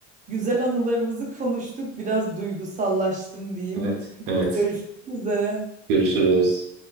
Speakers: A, on the right; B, on the right.
A: Güzel anılarımızı konuştuk. Biraz duygusallaştım diyeyim.
B: Evet, evet.
A: Görüşmek üzere.
B: Görüşürüz.